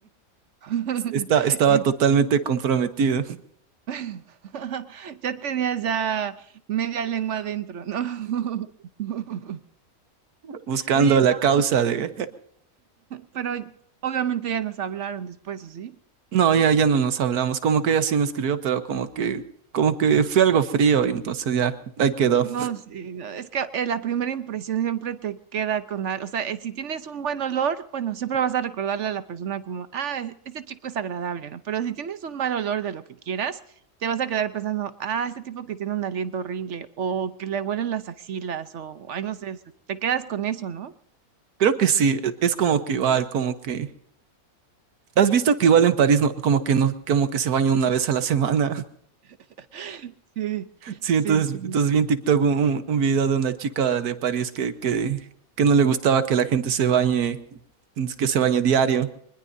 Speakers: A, on the right; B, on the right.
A: <laughs>
B: está estaba
A: Y
B: totalmente comprometido, <laughs>
A: <laughs> ya tenías ya media lengua adentro, ¿no? <laughs>
B: buscando
A: Oye,
B: la causa
A: no,
B: de... <laughs>
A: pero obviamente ya nos hablaron después, ¿o sí?
B: No, ya, ya no nos hablamos. Como que ella sí me escribió, pero como que, como que fue algo frío y entonces ya, ahí quedó.
A: No, sí, no, es que eh, la primera impresión siempre te queda con algo, o sea, eh, si tienes un buen olor, bueno, siempre vas a recordarle a la persona como, ah, es- este chico es agradable, ¿no? Pero si tienes un mal olor de lo que quieras, te vas a quedar pensando, ah, este tipo que tiene un aliento horrible, o que le huelen las axilas, o, ay, no sé, o sea, te quedas con eso, ¿no?
B: Creo que sí, e- es como que igual, como que... ¿Has visto que igual en París no, como que no, como que se baña una vez a la semana?
A: <laughs> Sí,
B: <laughs> Sí,
A: sí,
B: entonces,
A: sí.
B: entonces vi en TikTok un, un- un video de una chica de París que, que, que no le gustaba que la gente se bañe, que se bañe diario.